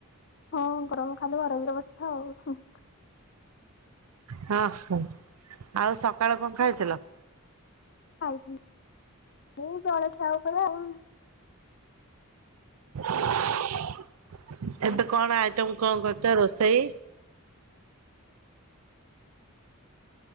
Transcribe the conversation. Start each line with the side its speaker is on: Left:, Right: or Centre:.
Left: ହଁ ଗରମ ଖାଦ ଘର ବି ଅବସ୍ଥା ଆଉ।
Right: ହଁ ହ ଆଉ ସକାଳ କଣ ଖାଇଥିଲ?
Left: ଖାଇଛି ମମୁଁ ଳଳଖିଆ ଉପରେ ଆଉ।
Right: <inaudible> ଏବେ
Left: ନା
Right: କଣ ଆ ତମ କଣ କରୁଛ ରୋଷେଇ